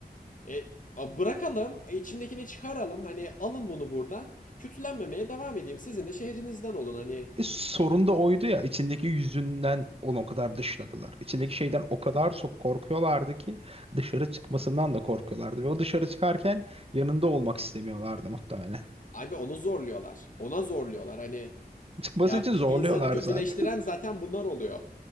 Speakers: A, on the left; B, on the right.
A: e, a- bırakalım, e, içimdekini çıkaralım. Hani alın bunu buradan. Kötülenmemeye devam edeyim. Sizin de şehrinizden olun. Hani
B: E, sorun da oydu ya içindeki yüzünden onu o kadar dışladılar. İçindeki şeyden o kadar çok korkuyorlardı ki dışarı çıkmasından da korkuyorlardı. Ve o dışarı çıkarken yanında olmak istemiyorlardı muhtemelen.
A: Abi onu zorluyorlar. Ona zorluyorlar. Hani
B: <laughs> Çıkması
A: Ya
B: için zorluyorlar
A: bir insanı kötüleştiren
B: zaten.
A: zaten bunlar oluyor.